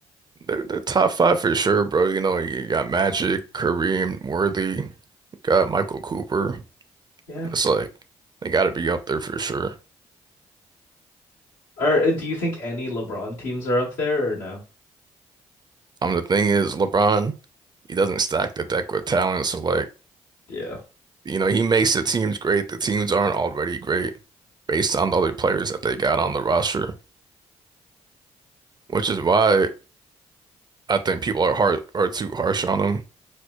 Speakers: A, on the right; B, on the left.
A: they're, they're top five for sure, bro. You know, you got Magic, Kareem, Worthy, got Michael Cooper.
B: Yeah.
A: It's like they got to be up there for sure.
B: Or uh, do you think any LeBron teams are up there or no?
A: Um, the thing is, LeBron, he doesn't stack the deck with talent. So, like,
B: Yeah.
A: you know, he makes the teams great. The teams aren't already great based on the other players that they got on the roster, which is why. I think people are hard are too harsh on him.